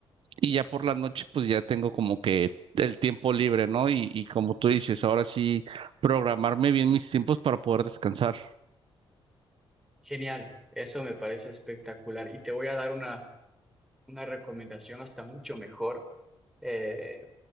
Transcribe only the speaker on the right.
y ya por la noche pues ya tengo como que el tiempo libre, ¿no? Y, y como tú dices, ahora sí programarme bien mis tiempos para poder descansar.